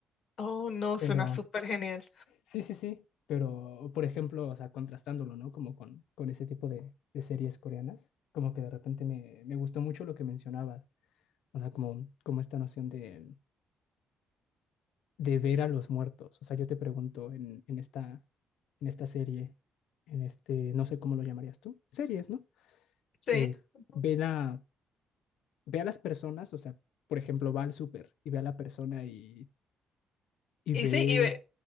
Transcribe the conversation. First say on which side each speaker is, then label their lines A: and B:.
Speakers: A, on the left (about 65°); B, on the left (about 85°).
A: Oh, no,
B: Pero
A: suena súper genial.
B: sí, sí, sí. Pero, por ejemplo, o sea, contrastándolo, ¿no? Como con, con ese tipo de, de series coreanas, como que de repente me, me gustó mucho lo que mencionabas O sea, como, como esta noción de, de ver a los muertos. O sea, yo te pregunto en, en esta, en esta serie, en este, no sé cómo lo llamarías tú, series, ¿no?
A: Sí.
B: Eh,
A: Ujú.
B: ve la, ve a las personas, o sea, por ejemplo, va al súper y ve a la persona y, y
A: Y
B: ve...
A: sí, y ve,